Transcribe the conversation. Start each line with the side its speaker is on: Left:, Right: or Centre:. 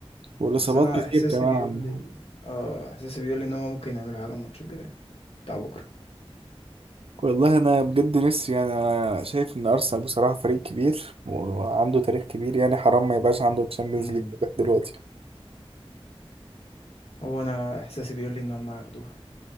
Right: والاصابات
Left: بس انا
Right: كتير
Left: احساسي
Right: كمان
Left: بيقول
Right: عندهم
Left: لي اه احساسي بيقول لي ان هم ممكن يعملوا حاجه الماتش الجاي بتاع بكره
Right: والله انا بجد نفسي يعني انا شايف ان ارسنال بصراحه فريق كبير وعنده تاريخ كبير يعني حرام ما يبقاش عنده تشامبيونز
Left: امم
Right: ليج لغاية دلوقتي
Left: هو انا احساسي بيقول لي ان هم هياخدوها